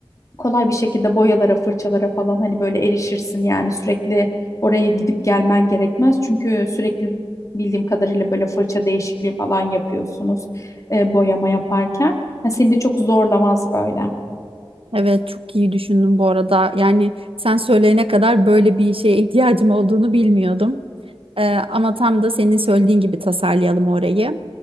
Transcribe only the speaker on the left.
kolay bir şekilde boyalara, fırçalara falan hani böyle erişirsin yani sürekli oraya gidip gelmen gerekmez. Çünkü sürekli bildiğim kadarıyla böyle fırça değişikliği falan yapıyorsunuz e, boyama yaparken. Ha, seni de çok zorlamaz böyle.